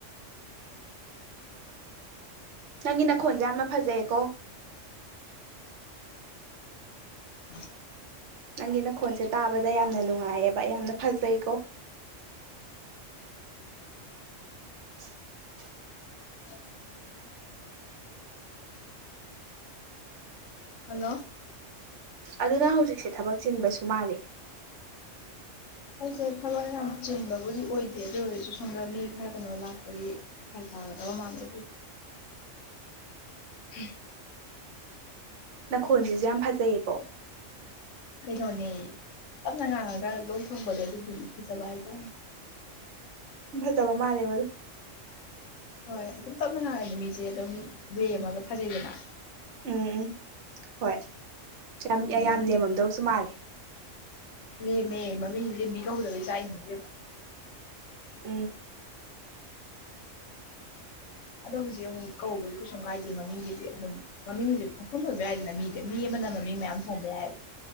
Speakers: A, on the right; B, on the left.
A: ꯅꯪꯒꯤ ꯅꯈꯣꯟꯁꯦ ꯌꯥꯝꯅ ꯐꯖꯩꯌꯦꯀꯣ꯫
B: <inaudible>
A: ꯅꯪꯒꯤ ꯅꯈꯣꯟꯁꯦ ꯇꯥꯕꯗ ꯌꯥꯝꯅ ꯅꯨꯡꯉꯥꯏꯌꯦꯕ ꯌꯥꯝꯅ ꯐꯖꯩꯀꯣ <inaudible> <inaudible>
B: ꯍ ꯍꯜꯂꯣ
A: ꯑꯗꯨꯅ ꯍꯧꯖꯤꯛꯁꯦ ꯊꯕꯛ ꯆꯤꯟꯕꯁꯨ ꯃꯥꯜꯂꯤ
B: ꯑꯩꯁꯦ ꯊꯕꯛ ꯌꯥꯝ ꯆꯤꯡꯕꯕꯨꯗꯤ ꯑꯣꯏꯗꯦ ꯑꯗꯨ ꯑꯣꯏꯔꯁꯨ ꯁꯣꯝꯗ ꯃꯤ ꯈꯔ ꯀꯩꯅꯣ ꯂꯥꯛꯄꯗꯤ ꯇꯣ ꯃꯥꯅ
A: <inaudible>
B: ꯎ
A: ꯅꯈꯣꯟꯜꯁꯤꯁꯨ ꯌꯥꯝ ꯐꯖꯩꯌꯦꯀꯣ
B: ꯀꯩꯅꯣꯅꯦ ꯇꯞꯅ ꯉꯥꯡꯉꯒ ꯂꯣꯛ ꯊꯣꯡꯕꯗꯣ ꯑꯗꯨꯕꯨꯗꯤ ꯐꯖꯕ ꯍꯥꯏꯇꯥꯔꯦ
A: ꯐꯖꯕ ꯃꯥꯅꯦꯦꯕꯗꯨ
B: ꯍꯣꯏ ꯑꯗꯨꯝ ꯇꯞꯅ ꯉꯥꯡꯉꯅꯤ ꯃꯤꯁꯦ ꯑꯗꯨꯝ ꯕꯦ ꯑꯃꯒ ꯐꯖꯩꯗꯅ
A: ꯎꯝ ꯎꯝ ꯍꯣꯏ ꯌꯥꯝ
B: ꯎꯝ
A: ꯌꯥꯝ ꯂꯦꯝꯃꯝꯗꯧꯁꯨ ꯃꯥꯜꯂꯦ
B: ꯂꯦꯝꯃꯦ ꯃꯃꯤꯡ ꯂꯦꯝꯃꯤ ꯀꯧꯗꯕꯩ ꯆ ꯏꯅꯤꯡꯗꯦꯕ
A: ꯎꯝ
B: ꯑꯗꯣ ꯍꯧꯖꯤꯛ ꯑꯃꯨꯛ ꯀꯧꯕꯁꯨ ꯀꯩꯁꯨ ꯀꯥꯏꯗꯦ ꯃꯃꯤꯡꯒꯤꯗꯤ ꯑꯗꯨꯝ ꯃꯃꯤꯡ ꯍꯧꯖꯤꯛ ꯄꯪꯐꯝ ꯑꯣꯏꯕ ꯌꯥꯏꯗꯅ ꯃꯤꯗꯤ ꯃꯤ ꯑꯃ ꯈꯅꯕ ꯃꯤ ꯃꯌꯥꯝ ꯐꯝꯃꯦꯦ ꯍꯥꯏ